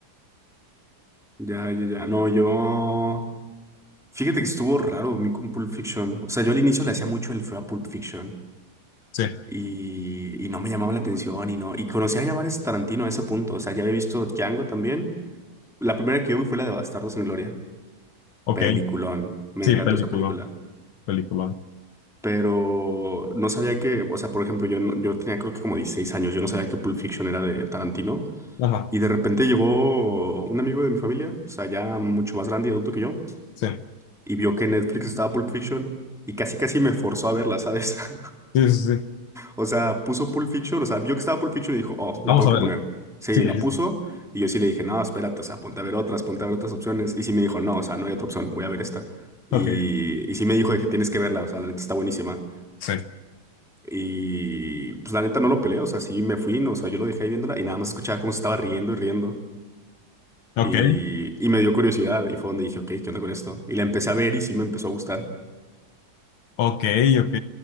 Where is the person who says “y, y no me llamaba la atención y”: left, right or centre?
Centre